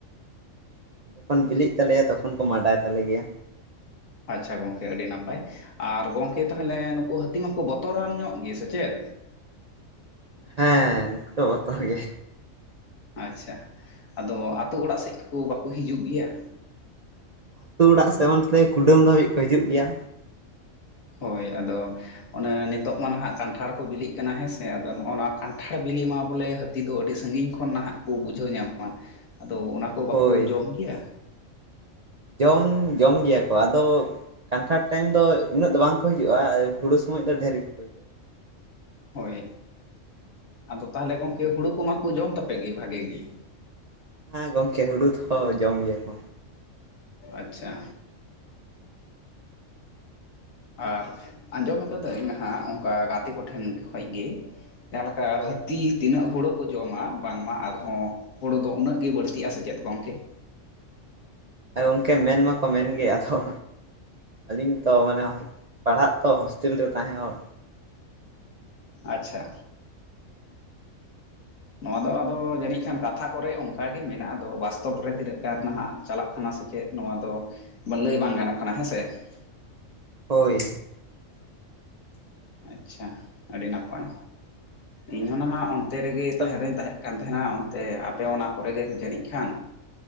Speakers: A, on the right; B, on the left.
A: ᱡᱚᱠᱷᱚᱱ ᱵᱤᱞᱤᱜ ᱛᱟᱞᱮᱭᱟ ᱛᱚᱠᱷᱚᱱ ᱠᱚ ᱢᱟᱰᱟᱭ ᱛᱟᱞᱮ ᱜᱮᱭᱟ।
B: ᱟᱪᱪᱷᱟ ᱜᱚᱝᱠᱮ ᱟᱹᱰᱤ ᱱᱟᱯᱟᱭ, ᱟᱨ ᱜᱚᱝᱠᱮ ᱛᱟᱦᱚᱞᱮ ᱱᱩᱠᱩ ᱦᱟᱹᱛᱤ ᱢᱟᱠᱚ ᱵᱚᱛᱚᱨᱟᱱ ᱧᱚᱜ ᱜᱮ ᱥᱮ ᱪᱮᱫ?
A: ᱦᱮᱸ ᱩᱱᱠᱩ ᱫᱚ ᱵᱚᱛᱚᱨ ᱜᱮ।
B: ᱟᱪᱪᱷᱟ, ᱟᱫᱚ ᱟᱛᱳ ᱚᱲᱟᱜ ᱥᱮᱫ ᱠᱚ ᱵᱟᱠᱚ ᱦᱤᱡᱩᱜ ᱜᱮᱭᱟ?
A: ᱟᱹᱛᱩ ᱚᱲᱟᱜ ᱥᱮ, ᱚᱱᱛᱮ ᱠᱩᱰᱟᱹᱢ ᱫᱷᱟᱹᱵᱤᱡ ᱠᱚ ᱦᱤᱡᱩᱜ ᱜᱮᱭᱟ।
B: ᱦᱳᱭ ᱟᱫᱚ ᱚᱱᱮ ᱱᱤᱛᱚᱜ ᱢᱟ ᱱᱟᱦᱟᱜ ᱠᱟᱱᱴᱷᱟᱲ ᱠᱚ ᱵᱤᱞᱤᱜ ᱠᱟᱱᱟ ᱦᱮᱸᱥᱮ ᱟᱫᱚ ᱱᱚᱜᱼ ᱱᱚᱣᱟ ᱠᱟᱱᱴᱷᱟᱲ ᱵᱤᱞᱤ ᱢᱟ ᱵᱚᱞᱮ ᱦᱟᱹᱛᱤ ᱫᱚ ᱟᱹᱰᱤ ᱥᱟᱹᱜᱤᱧ ᱠᱷᱚᱱ ᱱᱟᱦᱟᱜ ᱠᱚ ᱵᱩᱡᱷᱟᱹᱣ ᱧᱟᱢᱟ ᱟᱫᱚ ᱚᱱᱟ ᱠᱚ ᱵᱟᱠᱚ
A: ᱦᱳᱭ
B: ᱡᱚᱢ ᱜᱮᱭᱟ?
A: ᱡᱚᱢ ᱡᱚᱢ ᱜᱮᱭᱟ ᱠᱚ ᱟᱫᱚ ᱠᱟᱱᱴᱷᱟᱲ ᱴᱟᱭᱤᱢ ᱫᱚ ᱩᱱᱟᱹᱜ ᱫᱚ ᱵᱟᱝᱠᱚ ᱦᱤᱡᱩᱜᱼᱟ ᱟᱨ ᱦᱩᱲᱩ ᱥᱚᱢᱚᱭ ᱫᱚ ᱰᱷᱮᱨ ᱜᱮᱠᱚ ᱦᱤᱡᱩᱜᱼᱟ।
B: ᱦᱳᱭ, ᱟᱫᱚ ᱛᱟᱦᱚᱞᱮ ᱜᱚᱝᱠᱮ ᱦᱩᱲᱩ ᱠᱚᱢᱟᱠᱚ ᱡᱚᱢ ᱛᱟᱯᱮ ᱜᱮ ᱵᱷᱟᱜᱤ ᱜᱮ।
A: ᱦᱮᱸ ᱜᱚᱝᱠᱮ ᱦᱩᱲᱩ ᱫᱚ ᱡᱚᱢ ᱜᱮᱭᱟ ᱠᱚ।
B: ᱟᱪᱪᱷᱟ। ᱟᱨ ᱟᱸᱡᱚᱢ ᱟᱠᱟᱫᱟᱹᱧ ᱱᱟᱦᱟᱜ ᱚᱱᱠᱟ ᱜᱟᱛᱮ ᱠᱚᱴᱷᱮᱱ ᱠᱷᱚᱡ ᱜᱮ ᱡᱟᱸᱦᱟ ᱞᱮᱠᱟ
A: ᱦᱳᱭ
B: ᱦᱟᱹᱛᱤ ᱛᱤᱱᱟᱹᱜ ᱦᱳᱲᱳ ᱠᱚ ᱡᱚᱢᱟ ᱵᱟᱝᱢᱟ ᱟᱨ ᱦᱚᱸ ᱦᱳᱲᱳ ᱫᱚ ᱩᱱᱟᱹᱜ ᱜᱮ ᱵᱟᱹᱲᱛᱤᱜᱼᱟ ᱥᱮ ᱪᱮᱫ ᱜᱚᱝᱠᱮ?
A: ᱦᱮᱸ ᱜᱚᱝᱠᱮ ᱢᱮᱱ ᱢᱟᱠᱚ ᱢᱮᱱ ᱜᱮ ᱟᱫᱚ᱾ ᱟᱹᱞᱤᱧ ᱛᱚ ᱢᱟᱱᱮ ᱯᱟᱲᱦᱟᱜ ᱛᱚ ᱦᱳᱥᱴᱮᱞ ᱨᱮ ᱛᱟᱸᱦᱮ ᱦᱚᱲ᱾
B: ᱟᱪᱪᱷᱟ ᱱᱚᱣᱟ ᱫᱚ ᱟᱫᱚ ᱡᱟᱹᱱᱤᱡ ᱠᱷᱟᱱ ᱠᱟᱛᱷᱟ ᱾ ᱠᱚᱨᱮ ᱚᱱᱠᱟᱜ ᱜᱮ ᱢᱮᱱᱟᱜ ᱟᱫᱚ ᱵᱟᱥᱛᱚᱵ ᱨᱮ ᱛᱤᱱᱟᱹᱜ ᱜᱟᱱ ᱱᱟᱦᱟᱜ ᱪᱟᱞᱟᱜ ᱠᱟᱱᱟ ᱥᱮ ᱪᱮᱫ ᱱᱚᱣᱟ ᱫᱚ᱾ ᱞᱟᱹᱭ ᱵᱟᱝ ᱜᱟᱱᱚᱜ ᱠᱟᱱᱟ ᱦᱮᱸ ᱥᱮ ᱾
A: ᱦᱳᱭ
B: ᱟᱪᱪᱷᱟ ᱟᱹᱰᱤ ᱱᱟᱯᱟᱭ ᱤᱧᱦᱚᱸ ᱱᱟᱦᱟᱜ ᱚᱱᱛᱮ ᱨᱮᱜᱮ
A: ᱟᱫᱚ
B: ᱛᱟᱦᱮᱸ ᱫᱚᱧ ᱛᱟᱦᱮᱸ ᱠᱟᱱ᱾ ᱛᱟᱦᱮᱱᱟ ᱚᱱᱛᱮ ᱟᱯᱮ ᱚᱱᱟ ᱠᱚᱨᱮ ᱜᱮ ᱡᱟᱹᱱᱤᱡ ᱠᱷᱟᱱ᱾